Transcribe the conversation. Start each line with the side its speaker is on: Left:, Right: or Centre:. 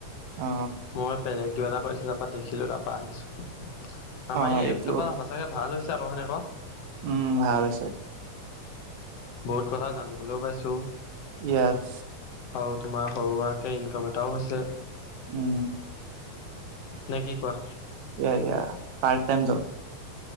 Right: অ
Left: মই বেলেগ কিবা এটা কৰিছিলোঁ তাৰ পৰা দেখিলোঁ তাৰ পৰা আহিছোঁ। আমাৰ
Right: অ
Left: এই
Right: এইটো
Left: এপটোৰ পৰা চাগে ভাল হৈছে আকৌ, হয়নে ক?
Right: উম, ভাল হৈছে।
Left: বহুত কথা জানিবলৈও পাইছোঁ।
Right: য়েছ।
Left: আৰু তোমাৰ সৰুুৱাকে ইনকাম এটাও হৈছে।
Right: উম।
Left: নে কি কোৱা?
Right: য়া-য়া, part time job.